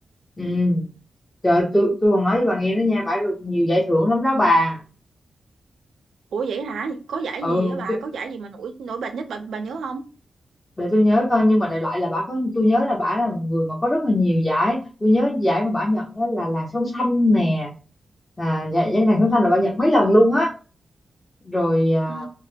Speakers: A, on the left; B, on the right.
A: ừ trời ơi, tôi tôi còn nói với bà nghe đó nha bà được nhiều giải thưởng lắm đó bà
B: Ủa vậy hả? Có giải
A: ừ
B: gì á bà?
A: chứ-
B: Có giải gì mà nổi nổi bật nhất bà bà nhớ không?
A: để tôi nhớ coi nhưng mà đại loại là bà có tôi nhớ là bà là một người mà có rất là nhiều giải tôi nhớ giải mà bà nhận đó là làn sóng xanh nè là giải, giải làn sóng xanh là bà nhận mấy lần luôn á rồi à,
B: Ừ.